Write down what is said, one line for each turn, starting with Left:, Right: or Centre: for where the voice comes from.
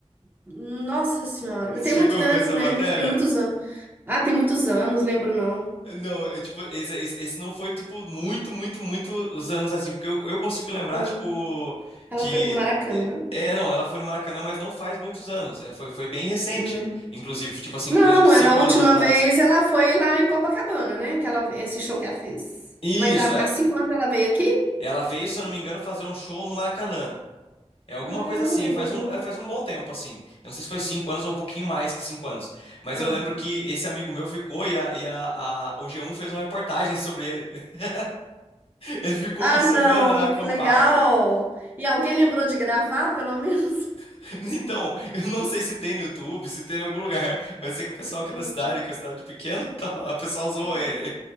Right: Nossa Senhora. Mas
Left: Você
Right: Tem
Left: chegou
Right: muito tempo,
Left: a ver essa
Right: né?
Left: matéria?
Right: Tem muitos anos. Ah, tem muitos anos, lembro não.
Left: Não, é tipo, esse, esse, esse não foi, tipo, muito, muito, muitos anos assim, porque eu, eu consigo lembrar,
Right: Uhum.
Left: tipo,
Right: Ela
Left: de.
Right: foi pro Maracanã.
Left: É, é, não, ela foi no Maracanã, mas não faz muitos anos. É, foi, foi bem recente,
Right: Uhum.
Left: inclusive, tipo assim,
Right: Não,
Left: coisa de cinco
Right: ela a última
Left: anos atrás.
Right: vez ela foi lá em Copacabana, né? Que ela, esse show que ela fez.
Left: Isso,
Right: Mas há, há
Left: é.
Right: cinco anos ela veio aqui?
Left: Ela veio, se eu não me engano, fazer um show no Maracanã. É alguma
Right: Ah,
Left: coisa
Right: eu
Left: assim,
Right: não lembro,
Left: faz
Right: não.
Left: um, é, faz um bom tempo, assim. Eu não sei se foi cinco anos ou um pouquinho mais que cinco anos. Mas
Right: Ah.
Left: eu lembro que esse amigo meu ficou e, a, e a, a- o G1 fez uma reportagem sobre ele. <laughs> Ele ficou
Right: Ah,
Left: uma semana
Right: não,
Left: acampado.
Right: que legal! E alguém lembrou de gravar, pelo menos? <laughs>
Left: <laughs> Então, eu não sei se tem no YouTube, se tem em algum lugar, mas sei que o pessoal aqui
Right: Hum,
Left: da cidade, que é a cidade pequena, <laughs> tá, a pessoa zoou
Right: uhum.
Left: ele.